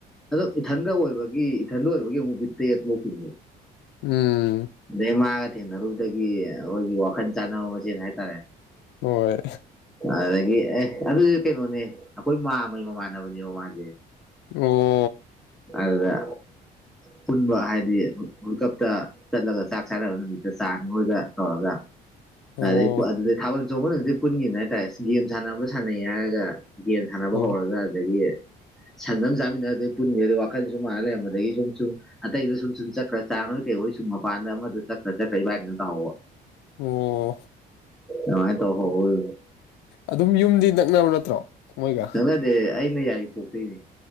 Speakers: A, in the centre; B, on the left.
A: ꯑꯗꯣ ꯏꯊꯟꯗ ꯑꯣꯏꯕꯒꯤ ꯏꯊꯟꯗ ꯑꯣꯏꯕꯒꯤ ꯑꯃꯨꯛ ꯄꯤ ꯇꯦ ꯄꯣꯛꯈꯤꯕꯁꯦ
B: ꯎꯝ
A: ꯑꯗꯩ ꯃꯥꯒ ꯊꯦꯡꯅꯔꯨꯕꯗꯒꯤ ꯑꯩꯈꯣꯏꯒꯤ ꯋꯥꯈꯜ ꯆꯥꯟꯅꯕ ꯃꯆꯦꯜ ꯍꯥꯏꯇꯥꯔꯦ
B: ꯍꯣꯏ
A: ꯑꯗꯒꯤ ꯑꯦ ꯑꯗꯨꯗꯤ ꯀꯩꯅꯣꯅꯦ ꯑꯩꯈꯣꯏ ꯃꯥ ꯑꯃꯒꯤꯩ ꯃꯃꯥꯟꯅꯕꯅꯦꯕ ꯃꯥꯁꯦ
B: ꯑꯣ
A: ꯑꯗꯨꯗ ꯄꯨꯟꯕ ꯍꯥꯏꯗꯤ ꯋꯥ ꯀꯞꯇ ꯆꯠꯂꯒ ꯆꯥꯛ ꯁꯥꯟꯅꯕ ꯅꯨꯃꯤꯠꯇ ꯆꯥꯅꯤꯉꯣꯏꯒ ꯇꯧꯔꯒ
B: ꯑꯣ
A: ꯑꯗꯩ ꯑꯗꯨꯗꯩ ꯊꯥꯕꯜ ꯆꯣꯡꯕꯗꯨꯗꯤ ꯄꯨꯟꯈꯤꯕꯅ ꯍꯥꯏꯇꯥꯔꯦ ꯒꯦꯝ ꯁꯥꯟꯅꯕ ꯁꯥꯟꯅꯩ ꯍꯥꯏꯔꯒ ꯒꯦꯝ ꯁꯥꯟꯅꯕ
B: ꯑꯣ
A: ꯍꯧꯔꯒ ꯑꯗꯒꯤ ꯁꯟꯗꯝ ꯆꯥꯃꯤꯟꯅꯗꯩ ꯄꯨꯟꯟꯅꯦꯗꯗꯤ ꯋꯥꯈꯜ ꯁꯨꯝ ꯃꯥꯥꯟꯅ ꯂꯩꯔꯝꯕꯗꯒꯤ ꯁꯨꯝ ꯁꯨꯝ ꯑꯇꯩꯗꯣ ꯁꯨꯝ ꯁꯨꯝ ꯆꯠꯈ꯭ꯔ ꯆꯥꯔꯣꯏ ꯀꯩ ꯍꯣꯏ ꯁꯨꯝ ꯃꯄꯥꯟꯗ ꯑꯃꯗ ꯆꯠ꯭ꯔ ꯆꯠꯈ꯭ꯔꯩ ꯕꯥꯏꯅ ꯇꯥꯎꯍꯕ
B: ꯑꯣ
A: ꯑꯗꯨꯃꯥꯏꯅ ꯇꯧꯍꯧꯕꯗꯨꯅꯤ
B: ꯑꯗꯨꯝ ꯌꯨꯝꯗꯤ ꯅꯛꯅꯕ ꯅꯠꯇ꯭ꯔꯣ ꯃꯣꯏꯒ
A: ꯅꯇꯦ ꯑꯩꯅ ꯌꯥꯏ ꯄꯣꯛꯇꯣꯏꯅꯦ